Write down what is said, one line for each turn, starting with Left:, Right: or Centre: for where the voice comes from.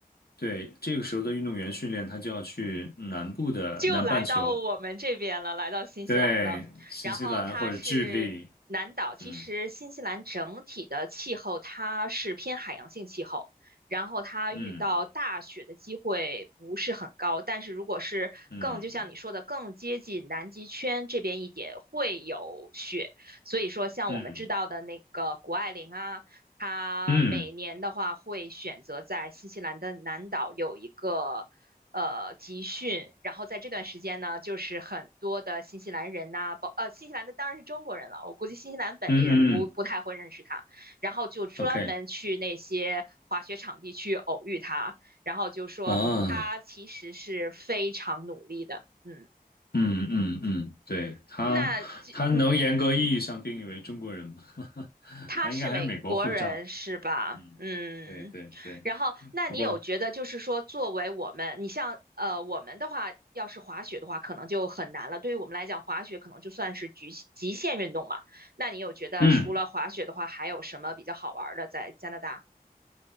Left: 对，这个时候的运动员训练，他就要去南部的南半球，
Right: 就来到我们这边了，来到新西兰了。
Left: 对，新西兰或者智利，
Right: 然后它是南岛，其实新西兰整体的气候它是偏海洋性气候，
Left: 嗯
Right: 然后它遇到大雪的机会不是很高。
Left: 嗯
Right: 但是如果是更，
Left: 嗯
Right: 就像你说的，更接近南极圈这边一点会有雪。所以说，像我们知道的那个谷爱凌啊。
Left: 嗯
Right: 她每年的话会选择在新西兰的南岛有一个呃集训，
Left: 嗯嗯
Right: 然后在这段时间呢，就是很多的新西兰人呐、啊包呃新西兰的当然是中国人了，我估计新西兰本地人不不太会认识他，
Left: 嗯嗯
Right: 然后就专门去那些滑雪场地去偶遇他，
Left: ，OK。
Right: 然后就说他其实是非常努力的，
Left: 啊，
Right: 嗯。
Left: 嗯嗯嗯，对，他，
Right: 那这嗯，
Left: 他能严格意义上定义为中国人吗？<laughs>
Right: 他是美国人是吧？
Left: 他应该还是美国护照。嗯，
Right: 嗯，
Left: 对对对，
Right: 然后那你有觉得就是说，
Left: 不过，
Right: 作为我们，你像呃我们的话，要是滑雪的话，可能就很难了。对于我们来讲，滑雪可能就算是局极限运动嘛。那你有觉得除了滑雪的话，
Left: 嗯
Right: 还有什么比较好玩儿的在加拿大？